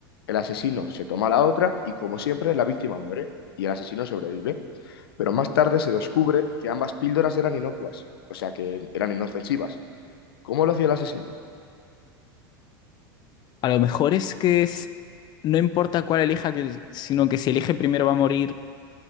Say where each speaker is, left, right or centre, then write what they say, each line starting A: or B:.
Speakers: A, on the left; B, on the left.
A: El asesino se toma la otra y, como siempre, la víctima muere y el asesino sobrevive. Pero más tarde se descubre que ambas píldoras eran inocuas, o sea que eran inofensivas. ¿Cómo lo hacía el asesino?
B: A lo mejor es que es... no importa cuál elija, que... sino que si elige primero va a morir,